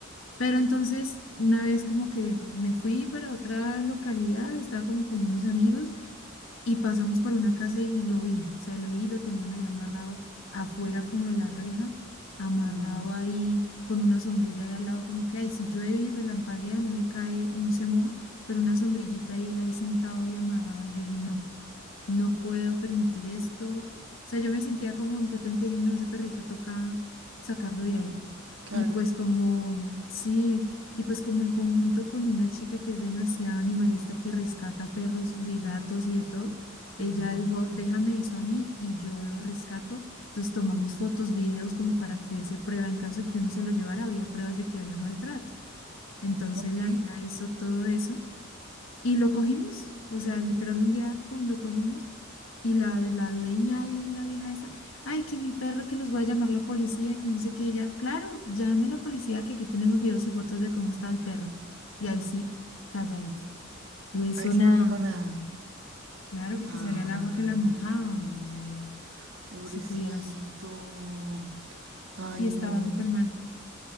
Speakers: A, on the left; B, on the right.
A: Pero entonces, una vez como que me fui para otra localidad, estaba como con unos amigos y pasamos por una casa y lo vi, o sea, lo vi, lo tenían ahí amarrado afuera como de la reja, amarrado
B: Ujú,
A: ahí con una sombrilla ahí al lado, como que, ay, si llueve y relampaguea, no le cae, no se moja, pero una sombrillita y él ahí sentado y amarrado, y yo dije, no, no puedo permitir esto. O sea, yo me sentía como impotente y dije, no, ese perrito toca sacarlo de ahí.
B: claro.
A: Y pues como, sí, y pues como en conjunto con una chica que es demasiado animalista, que rescata perros y gatos y de todo, ella
B: ujú.
A: dijo, déjame eso a mí y yo lo rescato. Entonces tomamos fotos, videos como para que hubiese prueba. En caso de que uno se lo llevara, había pruebas de que había maltrato. Entonces
B: Ok.
A: la nena hizo todo eso y lo cogimos. O sea, literal un día, pum, lo cogimos y la, la dueña y la vieja esa, ay, que mi perro, que los voy a llamar la policía, que yo no sé qué, ella, claro, llame la policía, que aquí tenemos videos y fotos de cómo estaba el perro. Y ahí sí, calladita. No hizo
B: Ahí sí
A: nada,
B: no dijo nada.
A: claro, porque
B: Ay,
A: sabía el agua que la mojaba,
B: no. Pobrecito.
A: si tuvieras.
B: Ay,
A: Y
B: no.
A: estaba súper mal,